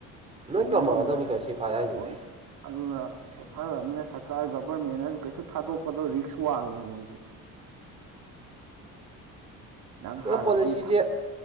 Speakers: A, on the right; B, on the right.
A: ꯂꯣꯏ
B: ꯅꯣꯡꯃꯩ
A: ꯇꯝꯃꯛꯑꯗꯕꯅꯤ
B: ꯅꯣꯡꯃꯩ
A: ꯀꯩꯅꯣ ꯁꯤ ꯐꯥꯏ ꯍꯥꯏꯁꯤꯗꯤ
B: ꯂꯣꯏ ꯑꯗꯨꯅ ꯁꯦꯐ꯭ꯔ ꫪꯥꯃꯤꯅ ꯁꯔꯀꯥꯔ ꯒꯕꯔꯃꯦꯟꯅꯁꯨ ꯀꯩꯁꯨ ꯊꯥꯗꯣꯛꯄꯗꯣ ꯔꯤꯛꯁ ꯋꯥꯡꯉꯦ ꯃꯣꯏꯁꯨ ꯅꯪ
A: ꯑꯗꯨ
B: ꯍꯥꯟꯅꯗꯤ
A: ꯄꯣꯂꯤꯁꯤꯁꯦ
B: ꯊ-